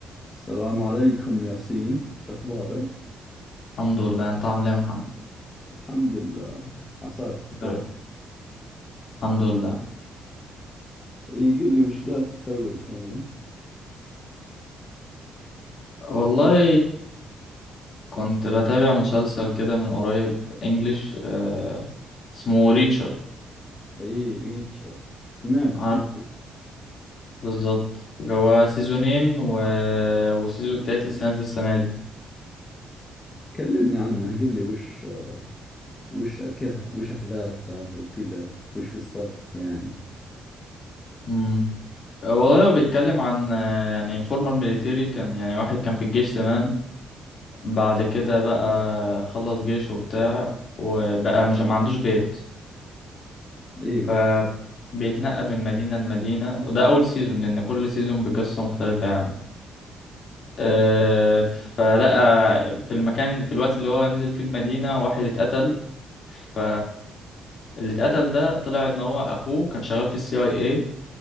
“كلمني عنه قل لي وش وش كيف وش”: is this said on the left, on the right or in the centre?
Left